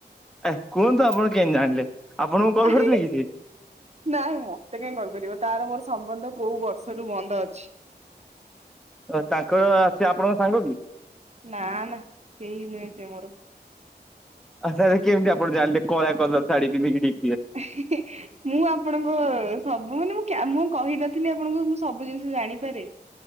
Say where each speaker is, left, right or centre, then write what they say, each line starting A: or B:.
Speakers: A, in the centre; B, on the right.
A: ଏ କୁହନ୍ତୁ ଆପଣ କେମତି ଜାଣିଲେ ଆପଣଙ୍କୁ କଲ
B: ଆରେ
A: କରିଥିଲେ କି ସେ?
B: ନାଇଁ ମତେ କାଇହିଁ କରିପାରିବ ତାର ମୋର ସମ୍ବନ୍ଧ କୋଉ ବର୍ଷରୁ ବନ୍ଦ ଅଛି।
A: ତାଙ୍କର ସେ ଆପଣଙ୍କ ସାଙ୍ଗ କି?
B: ନା ନା କେହି ନୁହେଁ। ସେ ମୋର
A: ଆ ତାହେଲେ କେମିତି ଆପଣ ଜାଣିଲେ କଳା କଲର ଶାଢୀ ପିନ୍ଦିକି
B: ହିଁ ହିଁ ମୁଁ ଆପଣଙ୍କ ସବୁ ମାନେ ମୁ ମୁଁ କହିନଥିଲି ଆପଣଙ୍କୁ ମୁଁ ସବୁ ଜିନିଷ ଜାଣିପାରେ।